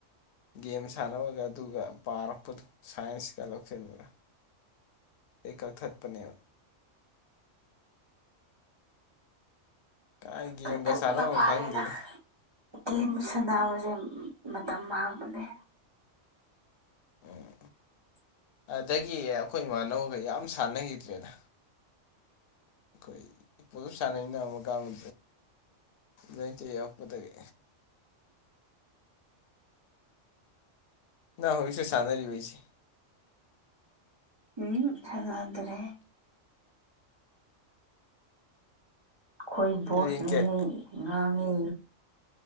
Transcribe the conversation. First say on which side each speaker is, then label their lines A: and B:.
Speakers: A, on the left; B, on the right.
A: ꯒꯦꯝ ꯁꯥꯟꯅꯕꯒ ꯑꯗꯨꯒ ꯄꯥꯔꯛꯄꯗꯨ ꯁꯥꯏꯟꯁꯀ ꯂꯧꯁꯤꯟꯕꯒ ꯑꯩ ꯀꯛꯊꯠꯄꯅꯦꯕ ꯀꯥꯏ ꯒꯦꯝꯒ
B: ꯀꯛꯊꯛ
A: ꯁꯥꯟꯅꯕꯝ
B: ꯑ ꯄꯔꯗ
A: ꯈꯪꯗꯦꯗ
B: ꯀꯦꯝ ꯁꯥꯟꯅꯥꯕꯁꯦ ꯃꯇꯝ ꯃꯥꯡꯕꯅꯦ <unintelligible>
A: ꯎꯝ ꯑꯗꯒꯤ ꯑꯩꯈꯣꯏ ꯏꯃꯥꯟꯅꯕꯅꯕꯒ ꯌꯥꯝ ꯁꯥꯟꯅꯈꯤꯗ꯭ꯔꯦꯗ ꯑꯩꯈꯣꯏ ꯄꯣꯂꯞ ꯁꯥꯟꯅꯩꯅ ꯑꯃꯨꯛꯀꯗꯦ ꯂꯣꯏꯇ ꯌꯄꯗꯒꯤ ꯍꯧꯣꯏꯁ ꯁꯥꯟꯅꯔꯤꯕꯩꯁꯤ
B: ꯎꯝ ꯆꯉꯗ꯭ꯔꯦ ꯑꯩꯈꯣꯏ ꯕꯣꯁꯅꯩ
A: ꯔꯦꯡ ꯀꯌꯥ
B: ꯉꯥꯡꯉꯤ